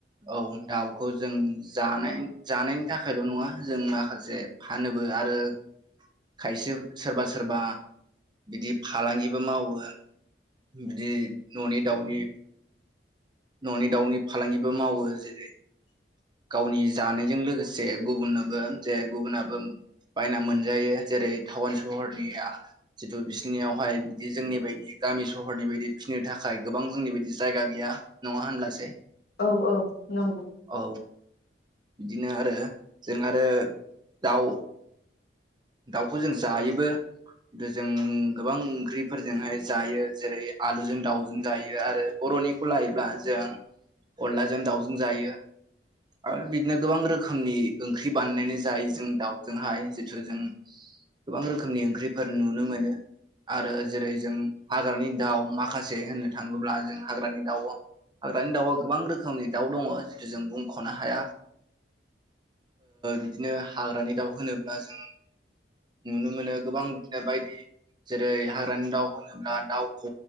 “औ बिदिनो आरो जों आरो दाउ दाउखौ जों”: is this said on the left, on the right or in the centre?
Right